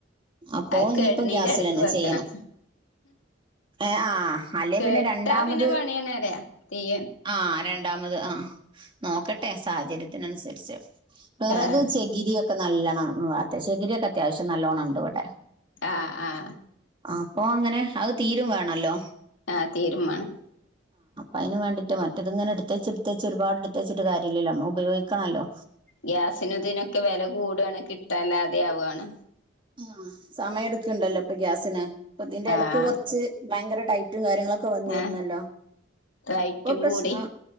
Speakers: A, on the right; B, on the left.
A: അപ്പൊ
B: അത്
A: ഇനിയിപ്പോ
B: കെട്ണീന്റെ
A: ഗ്യാസിലന്നെ
B: എടക്ക് വെക്കണം
A: ചെയ്യണം ഏ ആ അല്ലെ
B: കേട്ടാ
A: പിന്നെ രണ്ടാമത്
B: പിന്നെ പണിയാണ് പറയാ തീയ്യ്
A: ആ ര രണ്ടാമത് ആ നോക്കട്ടെ സാഹചര്യത്തിനനുസരിച്ച് വിറക്
B: ആഹ്
A: ചകിരി ഒക്കെ നല്ലോണം <unintelligible> ചകിരി ഒക്കെ അത്യാവശ്യം നല്ലോണം ഉണ്ട് ഇവിടെ
B: ആഹ് ആഹ്
A: അപ്പൊ അങ്ങനെ അത് തീരും വേണല്ലോ.
B: ആ തീരുമ്മാണം.
A: അയിന് വേണ്ടിട്ട് മറ്റത്ങ്ങനെ എടുത്തച്ചെടുത്തച്ച് ഒരുപാടെ ടുത്തെച്ചിട്ട് കാര്യല്ലല്ലോ. ഉപയോഗിക്കാല്ലോ.
B: ഗ്യാസിനുതിനൊക്കെ വെല കൂടാണ് കിട്ടാ വല്ലാതെ ആവാണ്.
A: ആ സമയം എടുക്കണ്ടല്ലോ ഇപ്പൊ ഗ്യാസിന്. പ്പതിന്റെ എടക്ക്
B: ആഹ്
A: കൊറച്ച് ഭയങ്കരടൈറ്റ് റ്റും കാര്യങ്ങളൊക്കെ വന്നിരുന്നല്ലോ
B: ആഹ് റൈറ്റും
A: ഇപ്പൊ പ്രശ്നൊ
B: കൂടി